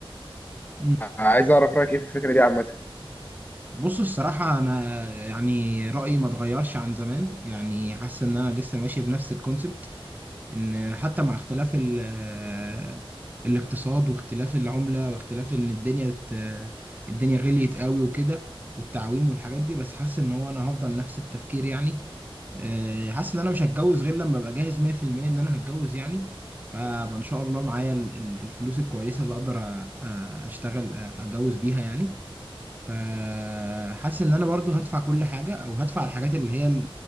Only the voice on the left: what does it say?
عايز اعرف رايك ايه في الفكره دي عامه